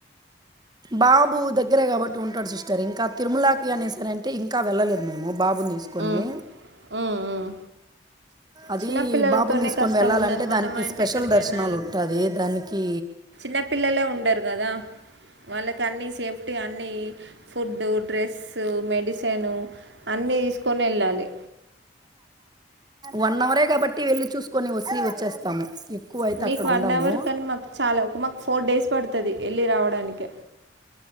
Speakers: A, on the right; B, on the right.
A: బాబు దగ్గరే కాబట్టి ఉంటాడు సిస్టర్ ఇంకా తిరుమలాకి అనేసి అని అంటే ఇంకా వెళ్ళలేదు మేము బాబుని తీసుకొని
B: ఉమ్, ఉమ్, ఉమ్.
A: అది
B: చిన్నపిల్లలతోనే
A: బాబుని తీసుకొని
B: కష్టం
A: వెళ్ళాలంటే
B: ఉన్నది మనం
A: దానికి
B: అంటే
A: స్పెషల్
B: ఎక్కడికైనా
A: దర్శనాలు ఉంటాది దానికి
B: చిన్న పిల్లలే ఉండరు కదా వాళ్ళకి అన్ని సేఫ్టీ అన్ని ఫుడ్ డ్రెస్ మెడిసిన్ అన్ని అన్ని తీసుకొని వెళ్ళాలి
A: వన్ అవరే కాబట్టి వెళ్లి చూసుకొని వచ్చి వచ్చేస్తాము ఎక్కువ అయితే
B: మీకు
A: అక్కడ
B: వన్
A: ఉండము
B: అవర్ కానీ మాకు చాలా ఒక మాకు ఫోర్ డేస్ పడుతది ఎళ్ళి రావడానికె